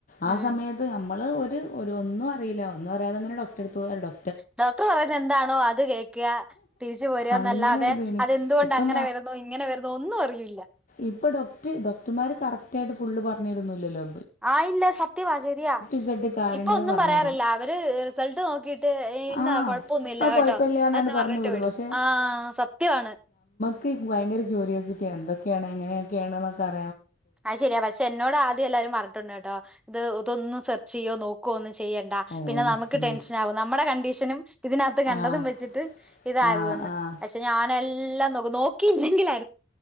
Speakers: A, on the left; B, in the centre.
A: ആ
B: ഉം
A: സമയത്ത് ഞമ്മള് ഒര് ഒരു ഒന്നും അറിയില്ല. ഒന്നും അറിയാതെങ്ങനെ ഡോക്റടുത്ത് പോയി ഒരു ഡോ
B: ഡോക്ടറ് പറയുന്ന എന്താണോ അത് കേക്കാ തിരിച്ചു പോരാന്നല്ലാതെ,
A: അങ്ങനെ ഒരിതേനി
B: അതെന്തുകൊണ്ട്
A: ഇപ്പം
B: അങ്ങനെ വരു ന്നു ഇങ്ങനെ വരുന്നോ ഒന്നും അറിയൂല്ല.
A: ഇപ്പ ഡോക്ട് ഡോക്ടർമാര് കറക്റ്റായിട്ട് ഫുള്ള് പറഞ്ഞരുന്നുല്ലല്ലോ.
B: ആ ഇല്ല സത്യവാ ശരിയാ.
A: ഇസഡ് കാര്യങ്ങൾ
B: ഇപ്പോ ഒന്നും
A: പറഞ്ഞു
B: പറയാറില്ല.
A: തരും
B: അവര് റിസൾട്ട് നോക്കി ട്ട് എന്നാ
A: ആഹ്
B: കൊഴപ്പൊന്നുല്ല
A: അത്
B: കേട്ടോ
A: കൊഴപ്പല്ല്യാന്നാണ്ട്
B: എന്ന്
A: പറഞ്ഞു
B: പറഞ്ഞിട്ട് വിടും.
A: പക്ഷെ
B: ആഹ സത്യവാണ്.
A: ക്ക് ഭയങ്കര ക്യൂര്യോസിറ്റിയാ എന്തൊക്കെയാണ്? എങ്ങനെയൊക്കെയാണ്ന്നൊക്ക അ
B: അയ്ശരിയാ. പക്ഷേ എന്നോട് ആദ്യം എല്ലാരും പറട്ടുണ്ട് കേട്ടോ ഇത് ഇതൊന്നും സെർച്ച് ചെയ്യോ നോക്കുവോ ഒന്നും ചെയ്യണ്ട
A: ഓഹ്
B: പിന്നെ നമക്ക്
A: ഉം
B: ടെൻഷനാവും നമ്മടെ കണ്ടീഷനും ഇതിനാത്ത് കണ്ടതും
A: ആഹ്
B: വെച്ചിട്ട് ഇതാകുവെന്ന്.
A: ആഹ് ആഹ്
B: പക്ഷേ ഞാനെല്ലാം നോക്കും. നോക്കിയില്ലെങ്കിലാ